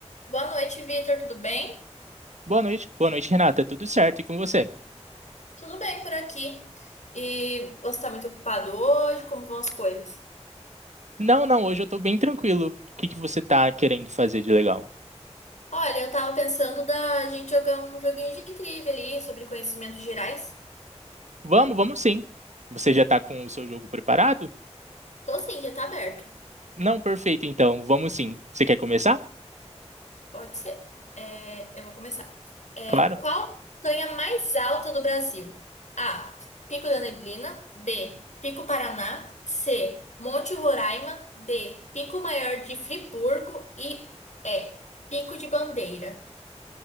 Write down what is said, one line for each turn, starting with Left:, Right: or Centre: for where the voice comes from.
Left: Boa noite, Vitor. Tudo bem?
Right: Boa noite. Boa noite, Renata. Tudo certo? E com você?
Left: Tudo bem por aqui. E você tá muito ocupado hoje? Como vão as coisas?
Right: Não, não, hoje eu tô bem tranquilo. O que que você tá querendo fazer de legal?
Left: Olha, eu tava pensando da gente jogar um joguinho de trivia ali sobre conhecimentos gerais.
Right: Vamos, vamos sim. Você já tá com o seu jogo preparado?
Left: Tô sim, já tá aberto.
Right: Não, perfeito, então. Vamos sim. Você quer começar?
Left: Pode ser. É, eu vou começar. É,
Right: Claro.
Left: qual a montanha mais alta do Brasil? A. Pico da Neblina. B. Pico Paraná. C. Monte Roraima. D. Pico Maior de Friburgo. E E. Pico de Bandeira.